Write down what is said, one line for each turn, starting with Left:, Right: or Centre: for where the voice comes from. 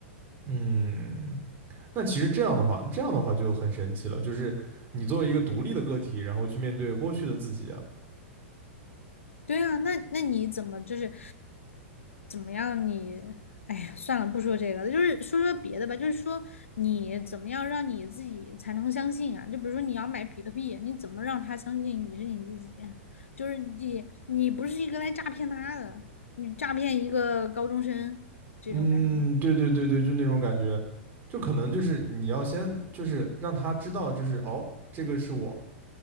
Right: 嗯，那其实这样的话，这样的话就很神奇了，就是你作为一个独立的个体，然后去面对过去的自己。啊。
Left: 对啊，那那你怎么就是怎么样你？哎呀，算了，不说这个了，就是说说别的吧。就是说你怎么样让你自己才能相信啊？就比如说你要买比特币，你怎么让他相信你是你自己？就是你你不是一个来诈骗他的，你诈骗一个高中生这种感觉。
Right: 嗯，对对对对，就那种感觉，就可能就是你要先就是让他知道，就是哦，这个是我，